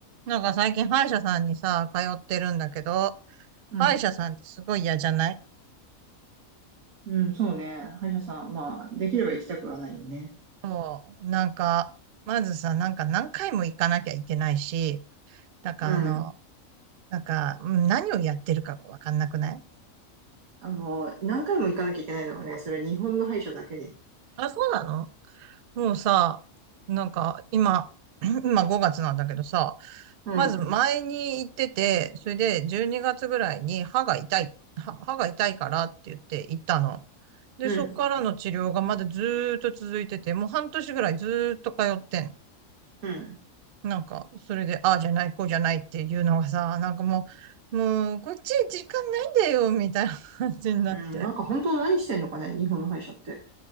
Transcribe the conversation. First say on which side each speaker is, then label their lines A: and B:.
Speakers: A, on the right; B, on the right.
A: なんか最近歯医者さんにさ、通ってるんだけど、
B: うん。
A: 歯医者さんってすごい嫌じゃない
B: うん、そうね。歯医者さん。まあ、できれば行きたくはないよね。
A: もう、なんか、まずさ、なんか何回も行かなきゃいけないし、なんかあの、
B: うん。
A: なんか、うん何をやってるかがわかんなくない
B: あの、何回も行かなきゃいけないのがね、それ日本の歯医者だけで。
A: あ、そうなのもうさ、なんか今、<clears throat> 今5月なんだけどさ、
B: うん、
A: まず前に行ってて、それで12月ぐらいに歯が痛い、歯歯が痛いからって言って行ったの。で、
B: うん、
A: そこからの治療がまだずーっと続いてて、もう半年ぐらいずーっと通ってん。
B: うん、
A: なんか、それで、ああじゃない、こうじゃないっていうのがさ、なんかもう、もう、こっち時間ないんだよ、みたいな <laughs> 感じになって。
B: うん。なんか本当何してんのかね、日本の歯医者って。